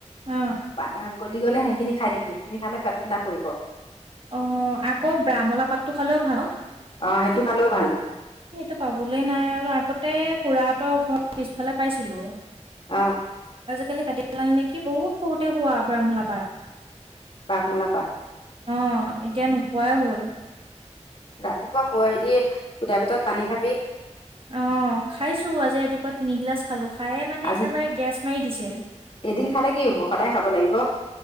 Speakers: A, on the right; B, on the left.
A: অ
B: পা গল তুলি গ'লে সেইখিনি খাই দিবি সেইখিনি খালে পে ঠাণ্ডা পৰিব।
A: অ আকৌ বেয়ামলা পাতটো খালেও ভাল।
B: অ সেইটো খালেও ভাল।
A: সেটো পাবলে নাই আৰু আগতে খুৰাহঁতৰ ঘৰ পিছফালে পাইছিলো।
B: অ
A: আজিকালি কাটি পেলাল নেকি বহুত সৰুতে হোৱা ব্ৰ্হমলাাপাত।
B: বাগুনা পাট।
A: অ এতিয়া নোপোৱাই হ'ল
B: ৰাতিপুৱা শ হেৰি সুদা পেতত পানী খাবি।
A: অ খাইছো আজি ৰাতিপুৱা তিনিগিলাচ খালো খায়ে মানে
B: আজি
A: একেবাৰে গেছ মাৰি দিছে।
B: এদিন খালে কি হব সদায় খাব লাগিব।